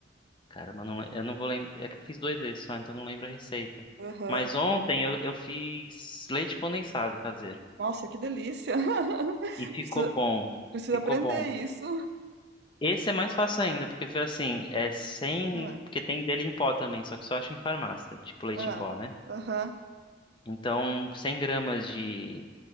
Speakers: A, on the left; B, on the right.
A: Caramba, eu não, le- eu não vou lembrar. É que eu fiz dois vezes só, então eu não lembro a receita.
B: uhum.
A: Mas ontem eu, eu fiz leite condensado caseiro.
B: Nossa, que delícia. <laughs>
A: E ficou
B: Precisa,
A: bom.
B: precisa
A: Ficou
B: aprender
A: bom.
B: isso.
A: Esse é mais fácil ainda, porque foi assim, é sem.
B: Ah,
A: Porque tem dele em pó também, só que só acha em farmácia, tipo leite
B: ah,
A: em pó, né?
B: aham.
A: Então, 100 gramas de,